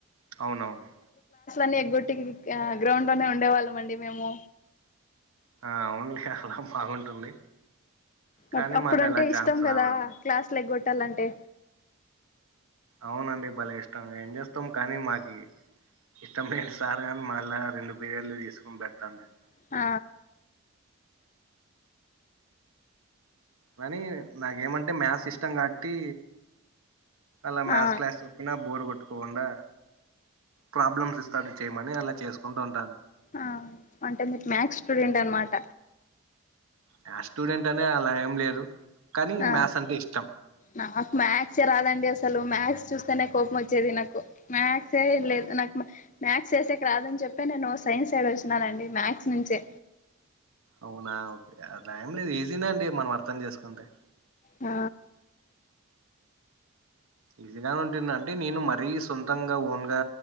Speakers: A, on the right (about 70°); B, on the left (about 35°).
A: అవునవును
B: న్నీ ఎగ్గొట్టి ఆ గ్రౌండ్ లోనే ఉండేవాళ్ళం అండి మేము
A: ఆ అవున్లే అలా బాగుంటుంది కానీ
B: అప్ అప్పుడంటే
A: మాకు అలా ఛాన్స్
B: ఇష్టం కదా
A: రావడం
B: క్లాస్లు ఎగ్గొట్టాలంటే
A: అవునండి బలే ఇష్టం ఏం చేస్తాం కానీ మాకి ఇష్టం మైన సార్ గానీ మళ్ళా రెండు పీరియడ్లు తీసుకొని పెడతాండే
B: ఆ
A: మనీ నాకేమంటే మ్యాథ్స్ ఇష్టం కాబట్టి అలా మ్యాత్స్
B: ఆ
A: క్లాస్ చెప్పినా బోర్ కొట్ ట్టుకోకుండా ప్రాబ్లమ్స్ ఇస్తాడు చేయమని అలా చేసుకుంటూ ఉంటాను
B: ఆ అంటే మీరు మ్యాథ్స్ స్టూడెంట్ అనమాట
A: మ్యాథ్స్ స్టూడెంట్ అనే అలా ఏం లేదు కానీ
B: ఆ
A: మ్యాథ్స్ అంటే ఇష్టం
B: నాకు మ్యాథ్స్ ఏ రాదండి అసలు మ్యాథ్స్ చూస్తేనే కోపం వచ్చేది నాకు మాథ్స్ ఏ లేదు నాకు మాథ్స్ చేసేకి రాదని చెప్ప నేను సైన్స్ సైడ్ వచ్చిననండి మాథ్స్ నుంచే
A: అవునా ఓకే అట్ల ఏం లేదు ఈజీనే అండి మనం అర్థం చేసుకుంటే
B: ఆ
A: ఈజీగానే ఉంటుందంటే నేను మరీ సొంతంగా ఓన్ గా